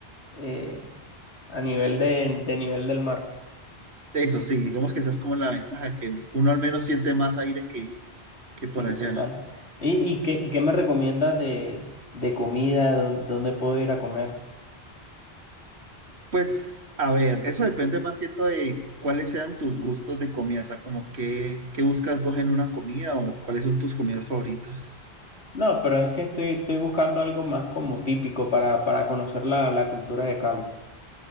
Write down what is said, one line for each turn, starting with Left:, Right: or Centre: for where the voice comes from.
Left: eh, a nivel de, de nivel del mar.
Right: Eso sí, digamos que esa es como la ventaja, que uno al menos siente más aire que, que por
Left: Sí,
Right: allá.
Left: total. ¿Y, y qué, y qué me recomiendas de, de comida? dó- ¿Dónde puedo ir a comer?
Right: Pues, a ver, eso depende más que todo de cuáles sean tus gustos de comida, o sea, como qué, qué buscas vos en una comida o cuáles son tus comidas favoritas.
Left: No, pero es que estoy, estoy buscando algo más como típico para, para conocer la, la cultura de Cali.